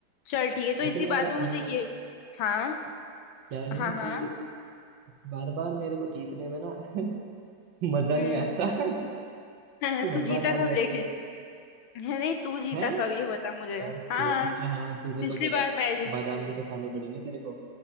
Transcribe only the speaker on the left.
चल ठीक है तो
इसी
बात
में मुझे ये हाँ
हाँ
हाँ
हम्म
<laughs>
तू
जीता
कब
लेकिन
है <laughs> नहीं तू जीता
कब ये बता मुझे
हाँ
पिछली
बार मैं जीती
थी